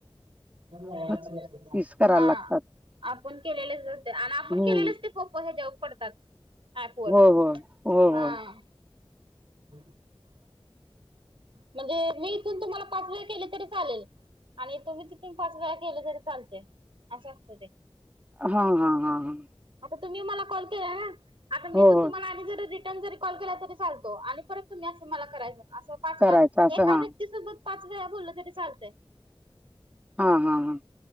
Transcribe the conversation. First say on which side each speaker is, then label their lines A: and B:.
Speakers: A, on the right; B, on the right.
A: <unintelligible>
B: तीस करायला
A: हां
B: लागतात
A: आपण केलेलेच धरते आणि आपण
B: हम्म
A: केलेलेच ते <unintelligible> ह्याच्यावर पडतात ऍप वर
B: हो हो हो
A: हां.
B: हो
A: <unintelligible> म्हणजे मी इथून तुम्हाला पाच वेळा केले तरी चालेल. आणि तुम्ही तिथून पाच वेळा केलं तरी चालतंय असं असतं ते.
B: हां हां हां हां.
A: आता तुम्ही मला कॉल केला ना, आता मी
B: हो
A: तून
B: हो
A: तुम्हाला आणि जरा री रिटर्न जरी कॉल केला चालतो आणि तुम्ही असं मला करायचं, अस पाच
B: करायचं
A: पाच
B: असं
A: एका
B: हा
A: व्यक्तीसोबत पाच वेळा बोललं तरी चालतय.
B: हा हा हा